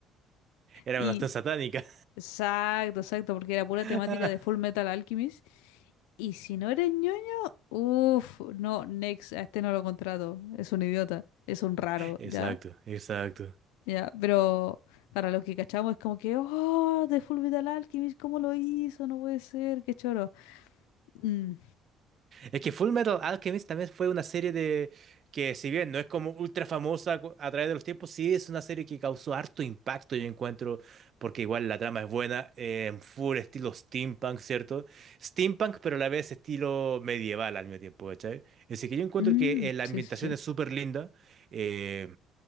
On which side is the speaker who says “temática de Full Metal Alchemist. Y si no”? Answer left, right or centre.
Left